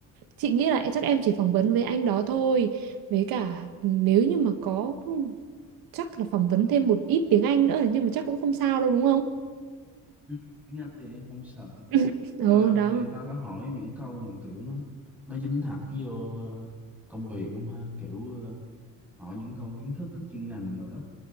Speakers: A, on the right; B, in the centre.
A: chị nghĩ là chắc em chỉ phỏng vấn với anh đó thôi với cả ừ, nếu như mà có ừ, chắc là phỏng vấn thêm một ít tiếng Anh nữa nhưng mà chắc cũng không sao đâu đúng không
B: Ừ, tiếng Anh thì em không sợ.
A: <laughs> <clears throat> ừ
B: Ờ,
A: đó
B: người ta có hỏi những câu mà kiểu nó nó dính thẳng vô ờ, công việc không ha? Kiểu ờ, hỏi những câu kiến thức cái chuyên ngành rồi đó.